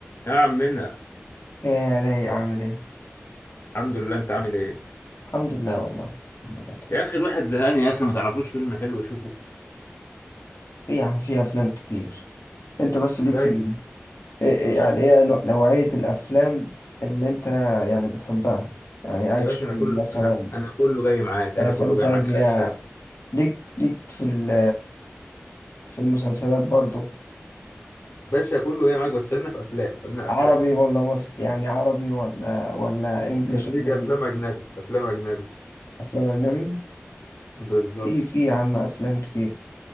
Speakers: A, on the left (about 55°); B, on the left (about 75°).
A: يا عم منا
B: ايه يا رايق عامل ايه؟
A: الحمد لله انت عامل ايه
B: الحمد لله والله الحمد لله تمام
A: يا اخي الواحد زهقان يا اخي ما تعرفلوش فيلم حلو يشوفه
B: ايه يا عم في افلام كتير انت بس ليك
A: زي
B: في ال- إيه إيه يعني ايه نوع- نوعية الافلام اللي انت يعني بتحبها يعني
A: يا
B: اكشن
A: باشا انا كله
B: مثلا
A: انا انا كله جاي معاك
B: آه،
A: انا
B: فانتازيا
A: كله جاي معاك اكشن
B: ليك ليك في ال في المسلسلات برضو
A: باشا كله جاي معاك بس خلينا في افلام خلينا
B: عربي
A: افلام
B: ولا مصري يعني عربي ولا ولا انجليش
A: خليك
B: اجنبي
A: افلام اجنبي افلام اجنبي
B: افلام اجنبي
A: بالظبط
B: في في يا عم افلام كتير